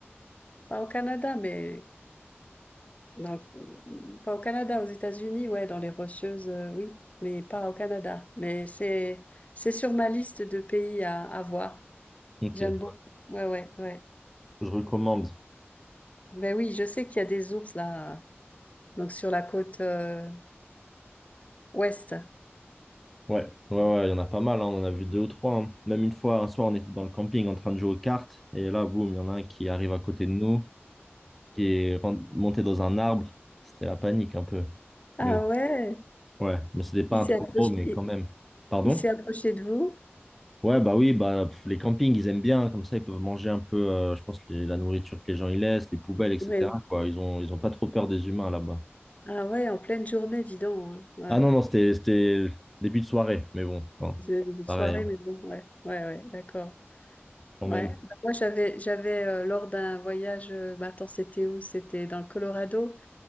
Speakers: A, on the left (about 30°); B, in the centre.
A: Pas au Canada, mais dans le- pas au Canada, aux États-Unis, ouais, dans les Rocheuses, euh, oui, mais pas au Canada. Mais c'est c'est sur ma liste de pays à, à voir.
B: Ok,
A: J'aime
B: ouais.
A: beaucoup. Ouais, ouais, ouais.
B: je recommande.
A: Ben oui, je sais qu'il y a des ours là, donc sur la côte euh, ouest.
B: Ouais, ouais, ouais, il y en a pas mal, hein. On en a vu deux ou trois. hein. Même une fois, un soir, on était dans le camping en train de jouer aux cartes. Et là, boum, il y en a un qui arrive à côté de nous, qui est ren- monté dans un arbre. C'était la panique un peu.
A: Ah
B: Mais
A: ouais,
B: Ouais, mais c'était pas
A: il
B: un
A: s'est
B: trop
A: approché,
B: gros, mais
A: il,
B: quand même. Pardon?
A: il s'est approché de vous.
B: Ouais, bah oui, bah pff, les campings, ils aiment bien, comme ça, ils peuvent manger un peu, euh, je pense, les- la nourriture que les gens y laissent, les poubelles, etc.
A: Ouais.
B: quoi. Ils ont, ils ont pas trop peur des humains là-bas.
A: Ah ouais, en pleine journée, dis donc. hein. Ouais.
B: Ah non, non, c'était, c'était début de soirée, mais bon, enfin,
A: C'est une soirée,
B: pareil, hein,
A: mais bon, ouais, ouais, ouais, d'accord.
B: quand
A: Ouais.
B: même.
A: Bah, Moi, j'avais, j'avais euh, lors d'un voyage, euh, bah, attends, c'était où? C'était dans le Colorado,